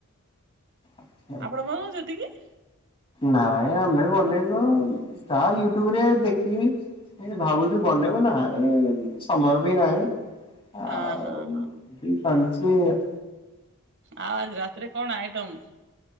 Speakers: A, on the left (about 25°); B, on the right (about 55°).
A: ଆଛା।
B: ଆପଣ ବନଉଚନ୍ତି କି?
A: ନାଇଁ ଆମେ ବନେଇନୁ ଯାହା ୟୁଟ୍ୟୁବ ରେ ଦେଖିକି। ଏ ଭାବୁଛୁ ବନେଇବୁ ନାଇ ସମୟ ବି ନାହିଁ। ଆଉ
B: ହଁ ହଁ
A: ଏମିତି
B: ହଁ
A: ସବୁ ଚାଲଚି ଆଉ।
B: ଆଉ ଆଜି ରାତିରେ କଣ ଆଇଟମ୍।